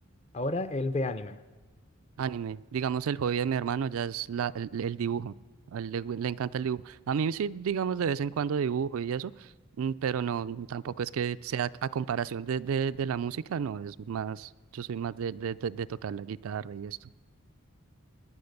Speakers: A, on the left; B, on the right.
A: ahora él ve anime.
B: Anime, digamos el hobby de mi hermano ya es la, el, el dibujo, a él le, gu- le encanta el dibujo. A mí sí, digamos de vez en cuando dibujo y eso, mm, pero no, tampoco es que sea a comparación de, de, de la música, no, es más, yo soy más de, de, de- de tocar la guitarra y esto.